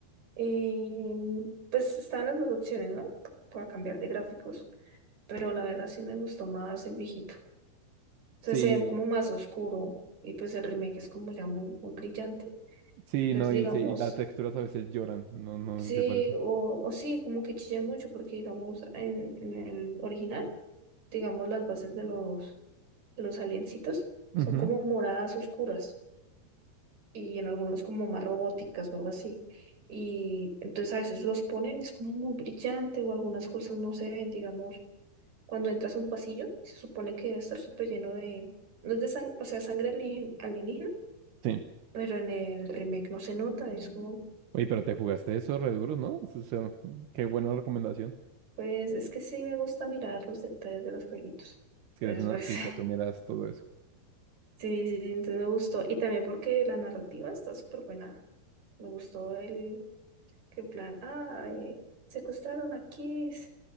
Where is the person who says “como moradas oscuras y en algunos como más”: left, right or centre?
Right